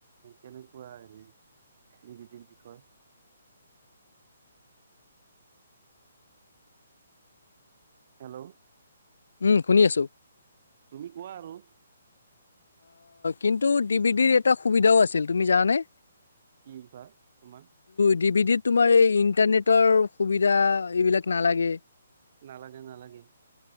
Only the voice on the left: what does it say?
উম শুনি আছোঁ।
কিন্তু ডি বি ডিৰ এটা সুবিধাও আছিল তুমি জানানে?
ডি ভি ডিত তোমাৰ এই ইণ্টাৰনেটৰ সুবিধা এইবিলাক নালাগে।